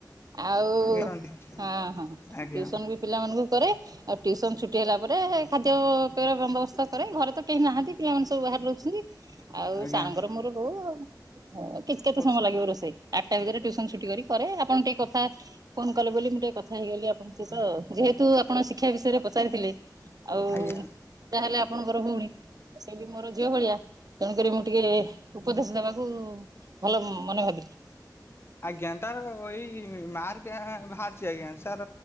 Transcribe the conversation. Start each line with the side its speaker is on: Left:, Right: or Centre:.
Right: ଆଉ
Left: କରନ୍ତି
Right: ହଁ ହଁ
Left: ଆଜ୍ଞା
Right: ଟୁଉସନ ବି ପିଲାମାନଙ୍କୁ କରେ ଆଉ ତିଉସନ ଛୁଟି ହେଲା ପରେ ଖାଦ୍ୟ ପେୟର ବନ୍ଦ ବସ୍ତକରେ ଘରେ। ତ କେହି ନାହାନ୍ତି ପିଲାମାନେ ସବୁ ବାହାରେ ରହୁଛନ୍ତି। ଆଉ
Left: ଆଜ୍ଞା
Right: ସାରଙ୍ଗର ମୋର ରହୁ ଆଉ ହଁ କିଛି କେତେ
Left: ହଉ
Right: ସମୟ
Left: ସା
Right: ଲାଗିବ ରୋଷେଇ। ଆଠଟା ଭିତରେ ଟ୍ୟୁସନ ଛୁଟି କରି ପରେ ଆପଣ ଟିକେ କଥା ଫୋନ କଲେ ବୋଲି ମୁଁ ଟିକେ କଥା ହେଇଗଲି ଆ ତ ଯେହେତୁ ଆପଣ ଶିକ୍ଷା ବିଷୟରେ ପଚାରିଥିଲେ ଆଉ
Left: ଆଜ୍ଞା
Right: ଯା ହେଲେ ଆପଣଙ୍କର ଭଉଣୀ ସେ ବି ମୋର ଝିଅ ଭଳିଆ ତେଣୁକରି ମୁଁ ଟିକେ ଉପଦେଶ ଦବାକୁ ଭଲ ମନ ଭାବିଲି।
Left: ଆଜ୍ଞା ତାର ଏଇ ମାର୍କ ବାହାରିଚି ଆଜ୍ଞା ସାର